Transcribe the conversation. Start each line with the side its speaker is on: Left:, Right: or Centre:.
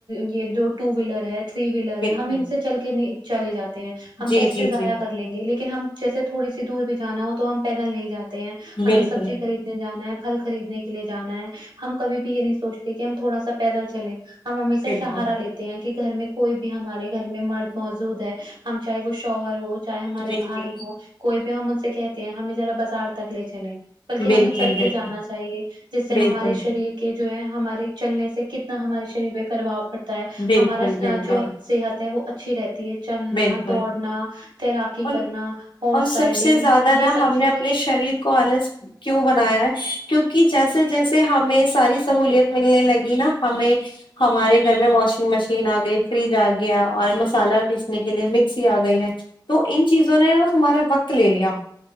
Right: یہ دو ٹو ویلر ہے تھری وی
Left: بالکل
Right: ہم ان سے چل کے نہیں چلے جاتے ہیں ہم
Left: جی
Right: پیسے
Left: جی
Right: ضائع
Left: جی
Right: کر لگیں لیکن ہم جیسے تھوڑی سی دور بھی جانا ہو تو ہم پیدل نہیں جا یہ ہیں ہمیں
Left: بالکل
Right: سبزی خریدنے جانا ہے پھل خریدنے کے لیے جانا ہے ہم کبھی بھی یہ نہیں سوچتے کہ ہم تھوڑا سا پیدل چلیں ہم ہمشہ
Left: بالکل
Right: سہارا لیتے ہیں کہ گھر میں کوئی بھی ہمارے گھر میں مرد موجود ہے ہم چاہے وہ شوہر ہو چاہے ہمارے
Left: جی جی
Right: بھائی ہو کوئی بھی ہم ان سے کہتے ہیں ہمیں ذرا بازار تک لے چلیں بلکہ
Left: بالکل
Right: ہمیں چل کے
Left: بالکل
Right: جانا چاہیے جس سے
Left: بالکل
Right: ہمارے شریر کہ جو ہے ہمارے چلنے سے کتنا ہمارے شریر پہ پرباؤ پڑتا ہے
Left: بالکل
Right: ہمارا س
Left: بالکل
Right: جو صحت ہے وہ اچھی رہتی ہے چلنا
Left: بالکل
Right: دوڑنا تیراکی
Left: اور
Right: کرنا ہارس
Left: اور سب
Right: رائڈنگ
Left: سے زیادہ نا
Right: یہ سب
Left: ہم
Right: چیزیں
Left: نے اپنے شریر کو آلس کیوں بنایا ہے کیونکہ جیسے جیسے ہمیں ساری سہولت ملنے لگی نا ہمیں ہمارے گھر میں واشنگ مشین آ گئی فریج آ گیا اور مسالہ پیسنے کے لیے مکسی آ گئی ہے تو ان چیزوں نے ہمارا وقت لے لیا